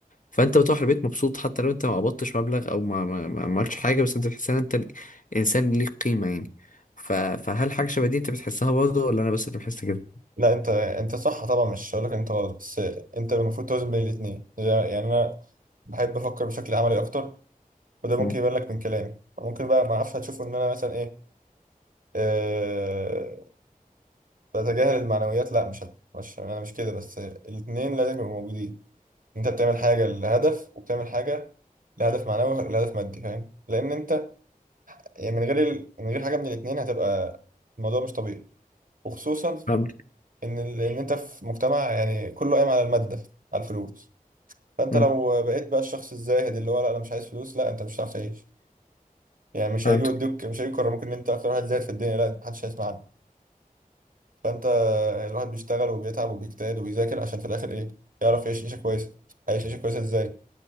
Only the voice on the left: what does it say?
فانت بتروح البيت مبسوط حتى لو انت ما قبضتش مبلغ او ما ما ما عملتش حاجه بس انت بتحس ان انت انسان ليك قيمه يعني ف... فهل حاجه شبه دي انت بتحسها برضه ولا انا بس اللي بحس كده
مم.
فهمت
مم.
فهمتك